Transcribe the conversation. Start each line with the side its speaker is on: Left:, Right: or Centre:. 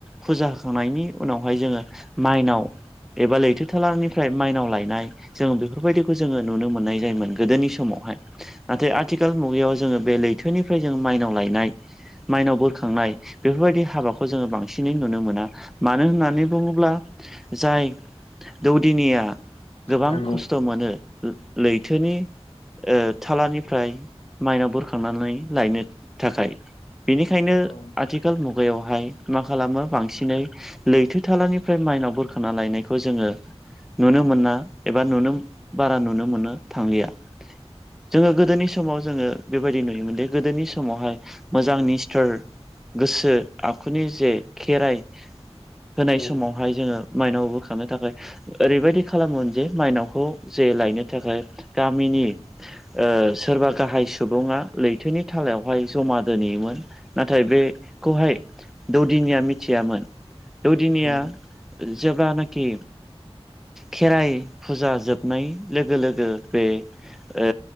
Centre: फुजा <unintelligible> होखांनायनि उनावहाय जोङो माइनाव एबा लैथो थालानिफ्राय माइनाव लायनाय जोङो बेफोरबायदिखौ जोङो नुनो मोननाय जायोमोन गोदोनि समावहाय नाथाय आथिखाल मुगायाव जोङो बे लैथोनिफ्राय जों माइनाव लायनाय माइनाव बोरखांनाय बेफोरबायदि हाबाखौ जोङो बांसिनै नुनो मोना। मानो होननानै बुङोब्ला जाय दौदिनिया गोबां
Left: नंगौ
Centre: खस्थ' मोनो लैथोनि ओ थालानिफ्राय माइनाव बोरखांनानै लायनो थाखाय। बेनिखायनो
Left: औ
Centre: आथिखाल मुगायावहाय मा खालामो बांसिनै लैथो थालानिफ्राय माइनाव बोखांना लायनायखौ जोङो नुनो मोना एबा नुनो बारा नुनो मोनो थांलिया। जोङो गोदोनि समाव जोङो बेबायदि नुयोमोनदि गोदोनि समावहाय मोजां निस्थार गोसो आखुनि जे खेराइ होनाय
Left: नंगौ
Centre: समावहाय जोङो माइनाव बोखांनो थाखाय ओरैबायदि खालामोन जे माइनावखौ जे लायनो थाखाय गामिनि ओ सोरबा गाहाय सुबुङा लैथोनि थालायावहाय जमा दोनहैयोमोन। नाथाय बे खौहाय दौदिनिया मिथियामोन। दौदिनिया
Left: नंगौ
Centre: जेब्लानाखि खेराइ फुजा जोबनाय लोगो लोगो बे ओ